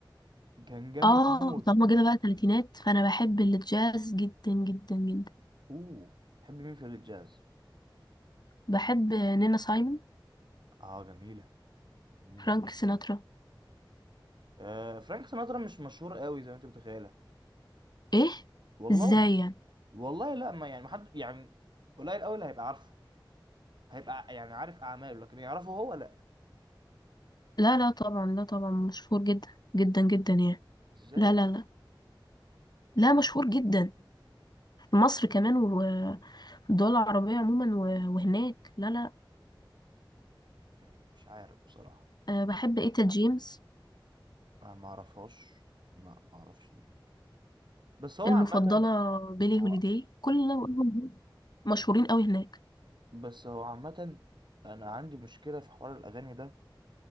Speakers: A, on the right; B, on the left.
A: كان جامد
B: اه
A: موت
B: طالما جينا بقى تلاتينات فانا بحب الجاز جدا جدا جدا
A: اوه تحب مين في الجاز
B: بحب نينا سايمون
A: اه جميله جميله
B: فرانك
A: المنظومه
B: سيناترا
A: آه فرانك سيناترا مش مشهور قوي زي ما انت متخيله
B: ايه
A: والله
B: ازاي يعني
A: والله لا ما يعني ما حد يعني قليل قوي اللي هيبقى عارفه هيبقى ع- يعني عارف اعماله لكن يعرفه هو لا
B: لا لا طبعا لا طبعا مشهور جدا جدا جدا يعني
A: ازاي
B: لا
A: يا بنتي
B: لا لا لا مشهور جدا في مصر كمان وفي الدول العربية عموما و- وهناك لا لا
A: يعني مش عارف بصراحه
B: أه بحب ايتا جيمس
A: انا ما اعرفهاش ما اعرفش ليه بس هو
B: المفضلة
A: عامه
B: بيلي
A: هو
B: هوليداي كل اللي أنا بقولهم دول مشهورين قوي هناك
A: بس هو عامه انا عندي مشكله في حوار الاغاني ده